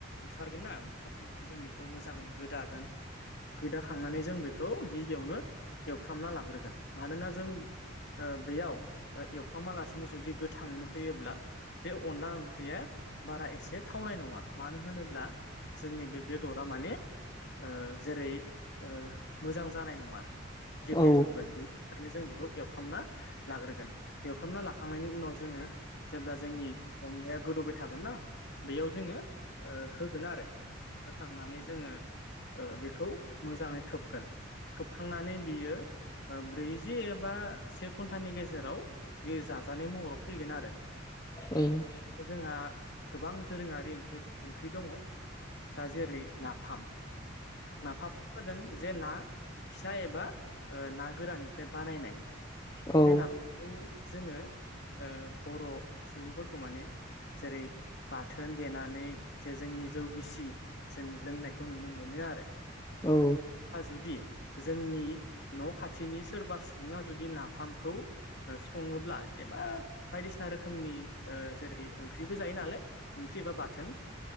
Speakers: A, on the left (about 60°); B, on the left (about 20°).
A: बुथारगोन ना बुथारखांनानै जों बेखौ मोजाङै गोदागोन। गोदाखांनानै जों बेखौ गिबियावनो एवफ्रामना लाग्रोगोन मानोना जोंङो बेयाव एवफ्रामालासिनो जुदि गोथाङैनो होयोब्लायो अनला ओंख्रिया बारा एसे थावनाय नङा मानो होनोब्लायो जोंनि बे बेदरा माने ओ जेरै ओ मोजां जानाय नङा गेब्लेजोबगोन।
B: औ
A: ओंखायनो जों बेखौ एवफ्रामनानै लाग्रोगोन एवफ्रामना लाखांनायनि उनाव जोङो जेब्ला जोंनि अनलाया गोदौबाय थागोन ना बेयाव जोङो ओ होगोन आरोना होखांनानै जोङो ओ बेखौ मोजाङै खोबगोन। खोबखांनानै बियो ओ ओ ब्रैजि एबा से घन्टानि गेजेराव बे जाजानाय महराव फैगोन आरो ना
B: ओम
A: जोंहा गोबां दोरोङारि ओंख्रि दङ। दा जेरै नाफाम नाफामा जादों जे ना फिसा एबा ओ ना गोराननिफ्राय बानायनाय
B: औ
A: बे नाखौ जोङो ओ बर' सुबुंफोरखौ माने ओ जेरै बाथोन देनानै जे जोंनि जौ गिसि जों लोंनायखौ नुनो मोनो आरो।
B: औ।
A: जुदि जोंनि न' खाथिनि सोरबा सुबुङा जुदि नाफामखौओ सङोब्ला एबा बायदिसिना रोखोमनि ओ जेरै ओंख्रिबो जायो नालाय ओंख्रि एबा बाथोन